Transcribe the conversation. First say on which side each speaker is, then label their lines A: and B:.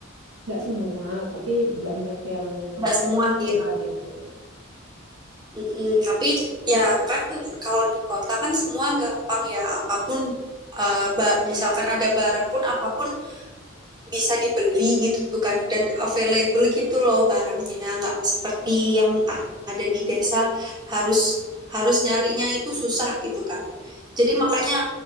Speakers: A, on the right; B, on the right.
A: nggak semua, tapi banyak yang
B: Nggak semua sih,
A: pikirkan itu.
B: Mm-mm, tapi ya kan kalau di kota kan semua gampang ya apapun uh, ba- misalkan ada barang pun apapun bisa dibeli gitu kan dan available gitu loh barangnya nggak seperti yang a- ada di desa harus harus nyarinya itu susah gitu kan. Jadi makanya